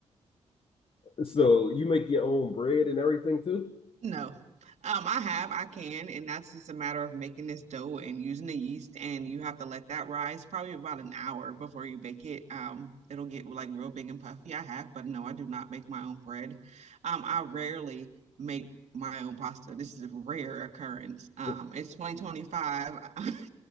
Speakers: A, on the left (about 50°); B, on the right (about 65°).
A: it's, <laughs> so you make your own bread and everything too.
B: No. Um, I have, I can, and that's just a matter of making this dough and using the yeast, and you have to let that rise probably about an hour before you bake it. Um, it'll get like real big and puffy. I have, but no, I do not make my own bread. Um, I rarely make my own pasta. This is a rare occurrence. Um,
A: <laughs>
B: it's 2025. <laughs>